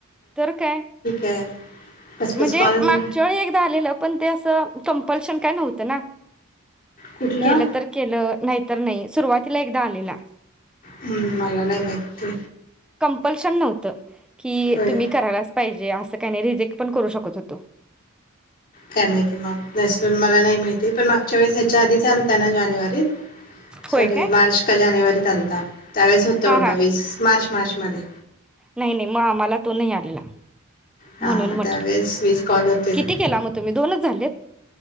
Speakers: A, in the centre; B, on the left.
A: तर काय
B: <unintelligible>
A: म्हणजे
B: कॉल
A: मागच्या वेळी एकदा आलेलं पण ते अस कपल्शन काय नव्हतं ना.
B: कुठलं
A: केलं तर केलं नाही तर नाही सुरवात तिला एकदा आलेला
B: हुं मला नाय माहिती
A: कंम्पलशन नव्हत. कि
B: होय
A: तुम्ही करायलाच पाहिजे आस् अस काही नाय रिजेक पण करू शकत होतो.
B: काय माहिती मग नॅचरल मला नाही माहित ते पण मागच्या वेळेस ह्याच्या आधीचा आलता ना जानेवारी <inaudible>
A: होय
B: साॅरी
A: काय?
B: मार्च का जानेवारी आलता. त्यावेळेस होत
A: हा
B: बवीस
A: हा
B: मार्च मार्चमध्ये
A: नाही नाही म आम्हाला तो नाही आलेला.
B: हां
A: म्हणून
B: मग
A: म्हटलं
B: त्यावेळेस वीस कॉल होते
A: किती केला म तुम्ही दोनच झालेत.